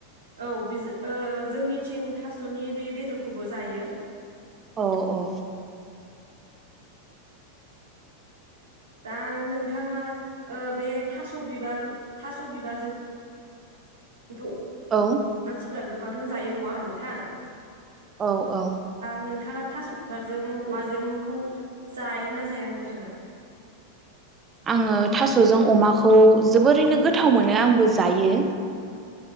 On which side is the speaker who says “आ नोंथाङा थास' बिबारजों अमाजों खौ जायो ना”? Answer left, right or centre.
Right